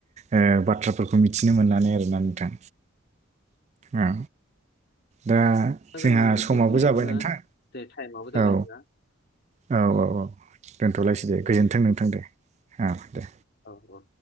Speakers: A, on the right (about 35°); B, on the left (about 50°).
A: ओ बाथ्राफोरखौ मिथिनो मोननानै आरोना नोंथां औ। दा
B: दा
A: जोंहा
B: जोङो
A: समाबो
B: बेखिनियावनो
A: जाबाय नोंथां
B: जे टाइमाबो जाबाय
A: औ।
B: जोंना
A: औ औ औ। दलायसै दे गोजोन्थों नोंथां दे औ दे।
B: औ औ